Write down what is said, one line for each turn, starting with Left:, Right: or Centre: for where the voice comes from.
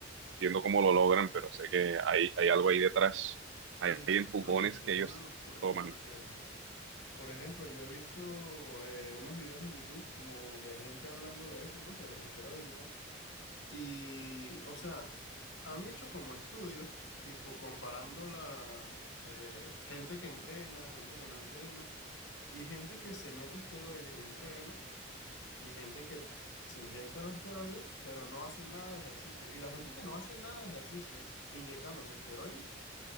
Right: entiendo cómo lo logran, pero sé que hay, hay algo ahí detrás. Hay,
Left: sí, sí.
Right: hay empujones
Left: No, y es, es
Right: que
Left: una
Right: ellos
Left: locura,
Right: toman.
Left: porque Por ejemplo, yo he visto eh, unos videos en YouTube como de gente hablando de eso, pues, de los esteroides y tal. Y, o sea, han hecho como estudios, tipo comparando la eh, gente que entrena, gente que no entrena, y gente que se mete esteroides y entrena, y gente que se inyecta los esteroides, pero no hace nada de ejercicio. Y la gente que no hace nada de ejercicio inyectándose esteroides